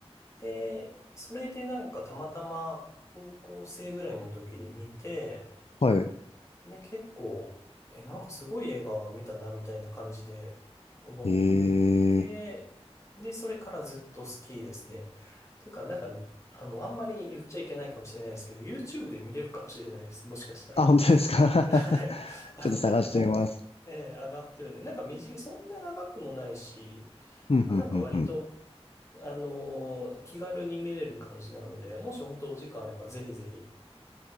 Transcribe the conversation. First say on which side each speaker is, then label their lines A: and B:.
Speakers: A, on the left (about 25°); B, on the left (about 65°).
A: で、それでなんかたまたま高校生ぐらいの時に見て、
B: は
A: で、結構、え、なんかすごい映画見たな、みたいな感じで、思っ
B: い。えー。
A: で、で、それからずっと好きですね。というか、なんか、あの、あんまり言っちゃいけないかもしれないですけど、YouTube で見れるかもしれないです。もしかしたら。
B: あ、本当ですか
A: <laughs>
B: <laughs>
A: はい。あの、
B: ちょっと探してみます。
A: なんか、えー上がってるんで、なんか短い、そんな長くもないし、
B: ふんふんふんふん。
A: まあなんか割と、あのー気軽に見れる感じなので、もし本当お時間あればぜひぜひ。